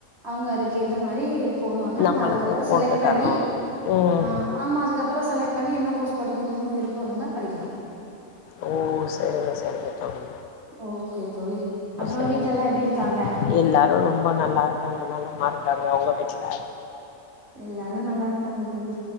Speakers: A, on the right; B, on the left.
A: அவங்க அதுக்கு ஏத்த மாரி போடுவாங்க
B: நம்மளுக்கு
A: நம்ம அதுக்கப்பற
B: போட்டு
A: செலக்ட் பண்ணி
B: தருவாங்க ம்
A: ஆ ஆமா அதுக்கப்பற செலக் பண்ணி என்ன கோர்ஸ் படிக்கணுனு விருப்ப இருந்தா படிக்கலா
B: ஓ சரிங்க சரிங்க தோழி
A: ஓகே தோழி அப்புறோ
B: செரிங்க
A: வீட்ல எல்லா எப்டி இருக்காங்க
B: எல்லாரு ரொம்ப நல்லாருக்காங்க நலமாருக் காங்க உங்க வீட்ல
A: எல்லாரு நல்லாருக்காங்க தோழி